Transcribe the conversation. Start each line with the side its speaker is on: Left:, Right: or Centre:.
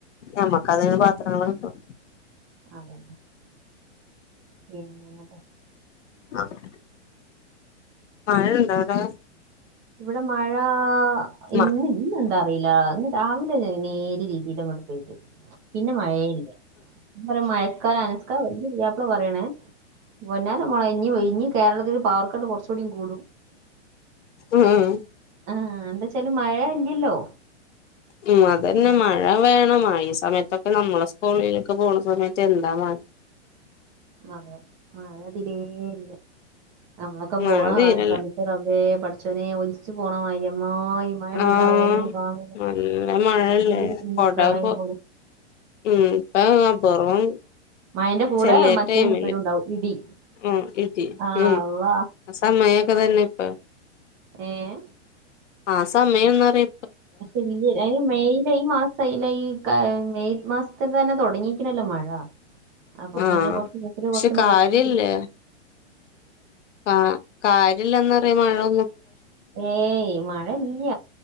Left: ഞമ്മക്ക് അതിന് പത്രങ്ങള് കിട്ടും
Right: അതന്നെ പിന്നെങ്ങട്ടാ
Left: ആഹ് മഴണ്ടേ അവടെ?
Right: ഇവിടെ മഴ ഇന്ന്
Left: മ
Right: ഇന്ന്ണ്ടോ അറീല ഇന്ന് രാവിലെ നേരി രീതിയിങ്ങട്ട് പിന്നെ മഴയേ ഇല്ല പറയും മഴക്കാലാണ് ഇക്ക ഇന്റെ പുതിയാപ്ല പറയണേ പുന്നാര മോളെ ഇനി ഇഞ്ഞ് കേരളത്തില് പവർ കട്ട് കൊറച്ചുടി കൂടും
Left: ഉം ഉം
Right: ആഹ് എന്താച്ചാല് മഴ ഇല്ലല്ലോ
Left: ഉം അതന്നെ മഴ വേണം ആ ഈ സമയത്തൊക്കെ നമ്മള് സ്കൂളിലൊക്കെ പോണ സമയത്ത് എന്താ മ
Right: അതെ മഴ തിരേയില്ല നമ്മളെക്കെ
Left: മഴ
Right: പോണ
Left: തീരല്ല
Right: കാ സമയത്ത് റബ്ബേ പഠച്ചോനെ ഒലിച്ച് പോണമാതിരി ആഹ് ഈ മഴ പെയ്താ
Left: ആഹ്
Right: റോഡ് ഒന്നും കാണുല
Left: നല്ല മഴല്ലേ
Right: ചെറിയ കുഞ്ഞീ
Left: കൊട
Right: പ്രളയം
Left: പോ
Right: പോലെ
Left: ഉം ഇപ്പ പൊറും
Right: മഴന്റെ കൂടെ
Left: ചെലെ
Right: മറ്റേ
Left: ടൈമില്
Right: മൂപ്പരും ഉണ്ടാവും ഇടി
Left: ഉം ഇരുത്തി
Right: ആ
Left: ഉം
Right: അള്ളാ
Left: ആ സമ അങ്ങനെക്കെ തന്നെ ഇപ്പം
Right: ഏഹ്
Left: ആ സമയം എന്നറി
Right: പക്ഷെ ഇ മെയില് ഈ മാസം അയില് ഈ ഏ മെയ് മാസത്തില് തന്നെ തുടങ്ങി. ക്ക്ണല്ലോ മഴ അപ്പം
Left: ആഹ്
Right: പിന്നെ കൊറച്ച് <unintelligible>
Left: പക്ഷെ കാര്യല്ലേ
Right: റസ്റ്റെടുത്തിട്ട്
Left: കാ കാര്യല്ലാന്നറിയു മഴോ
Right: ഏയ് മഴ ഇല്ല